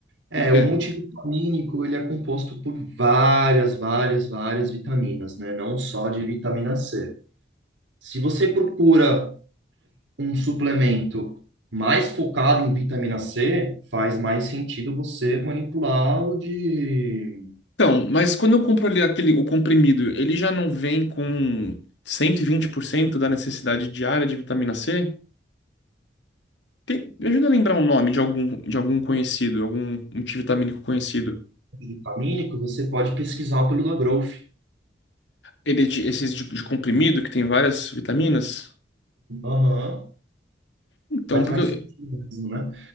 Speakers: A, on the right; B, on the left.
A: É,
B: Por quê?
A: o multivitamínico, ele é composto por várias, várias, várias vitaminas, né? Não só de vitamina C. Se você procura um suplemento mais focado em vitamina C, faz mais sentido você manipular o de
B: Então, mas quando eu compro ali aquele, o comprimido, ele já não vem com 120% da necessidade diária de vitamina C? Tem- me ajuda a lembrar um nome de algum, de algum conhecido, algum multivitamínico conhecido.
A: vitamínico, você pode pesquisar pelo da Growth.
B: Ele é de, esses de de comprimido que tem várias vitaminas?
A: Aham,
B: Então,
A: Faz
B: porque
A: mais
B: eu,
A: sentido mesmo, né?